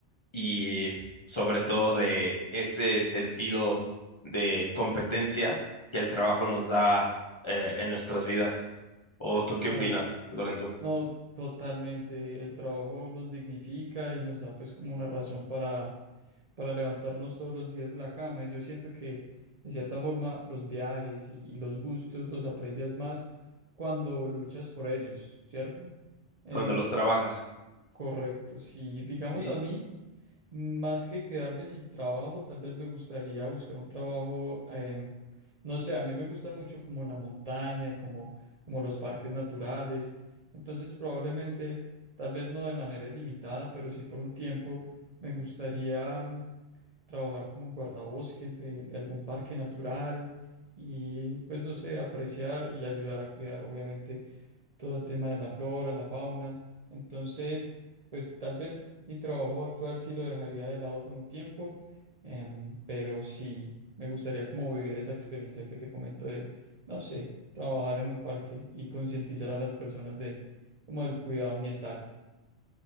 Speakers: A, on the left; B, on the right.
A: y sobre todo de ese sentido de competencia que el trabajo nos da eh, en nuestras vidas. ¿O tú
B: Claro,
A: qué opinas, Lorenzo,
B: no, totalmente. El trabajo nos dignifica y nos da pues como una razón para para levantarnos todos los días de la cama. Y yo siento que, de cierta forma, los viajes y, y los gustos los aprecias más cuando luchas por ellos, ¿cierto? Em,
A: cuando los trabajas?
B: correcto. Si, digamos,
A: Sí.
B: a mí, más que quedarme sin trabajo, tal vez me gustaría buscar un trabajo, em, no sé, a mí me gusta mucho como la montaña, como, como los parques naturales. Entonces, probablemente, tal vez no de manera ilimitada, pero sí por un tiempo, me gustaría... mm, trabajar como en guardabosques de, de algún parque natural y pues no sé, apreciar y ayudar a cuidar obviamente todo el tema de la flora, la fauna. Entonces, pues tal vez mi trabajo actual sí lo dejaría de lado por un tiempo, em, pero sí me gustaría como vivir esa experiencia que te comento de, no sé, trabajar en un parque y concientizar a las personas de como del cuidado ambiental.